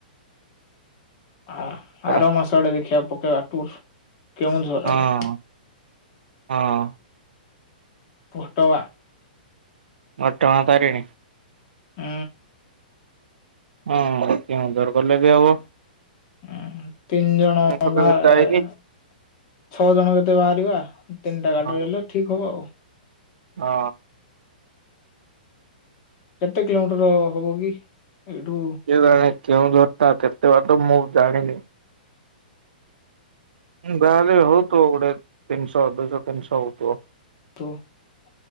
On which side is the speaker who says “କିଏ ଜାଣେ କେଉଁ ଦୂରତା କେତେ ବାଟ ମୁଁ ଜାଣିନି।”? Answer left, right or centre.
Right